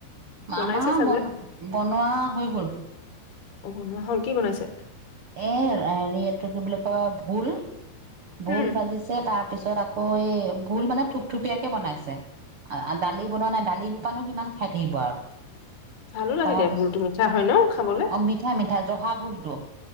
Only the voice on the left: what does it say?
বনাইছে
চাগে
অ', বনোৱা হ'ল কি বনাইছে?
উম
ভালো লাগে
দিয়া ভুলটো মিঠা হয় ন খাবলে